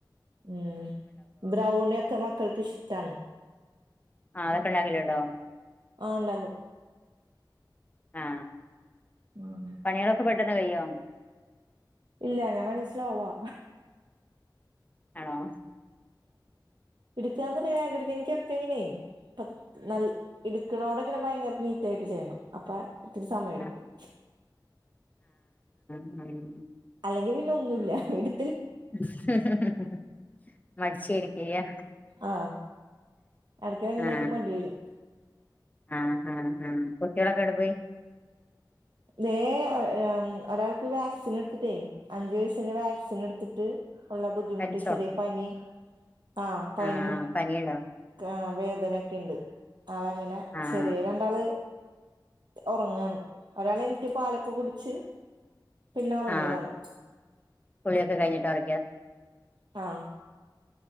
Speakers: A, on the right; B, on the left.
A: ഉം ബ്രൗണിയൊക്കെ മക്കൾക്ക് ഇഷ്ടാണ്
B: ആ അതൊക്കെ ഉണ്ടാക്കല് ഉണ്ടോ
A: ആ ഉണ്ടാക്കും
B: ആ
A: ഉം
B: പണികളൊക്കെ പെട്ട പെട്ടന്ന് കഴിയുവോ
A: ഇല്ല ഞാൻ ഭയങ്കര സ്ലോവാ
B: ആണോ
A: പിടിക്കാവുന്ന ഒരാകൃതി ഒക്കെ എങ്ങനെയ് പതുക്കെ ന എ ടുക്കണോടെങ്ങനെ ഭയങ്കര നീറ്റ് ആയിട്ട് ചെയ്യണം അപ്പ ഒത്തിരി സമയം എടുക്കും
B: ആഹ് ഉം
A: അല്ലെങ്കി പിന്നെ ഒന്നൂല്ല എട്
B: ഹ് ഹ് ഹ് മടിചിരിക്കിയാ
A: ആഹ് എടക്ക് ഭയങ്കരായിട്ട്
B: ആ
A: മടി വരും
B: ആഹ കുട്ടികളൊക്കെ എവിടെ പോയി
A: ദെ ഒരാ ഒരാൾക്ക് വാക്സിൻ എടുത്തിട്ടേ അഞ്ചു വയസിന്റെ വാക്സിൻ എടുത്തിട്ട് ഉള്ള ബുദ്ധിമുട്ട്
B: പനിച്ചോ
A: ചെറിയ പനി ആ പനി
B: ആഹ് പനിയുണ്ടോ
A: ക വേദനൊക്കെണ്ട്. ആളങ്ങനെ
B: ആഹ്
A: ചെറിയ രണ്ടാള് ഒറങ്ങാണ് ഒരാൾ എണീറ്റ് പാലൊക്കെ കുടിച്ച് പിന്നെ ഉറങ്ങിയതാണ്
B: ആ കുളിയൊക്കെ കഴിഞ്ഞിട്ട് ഒറ
A: ആ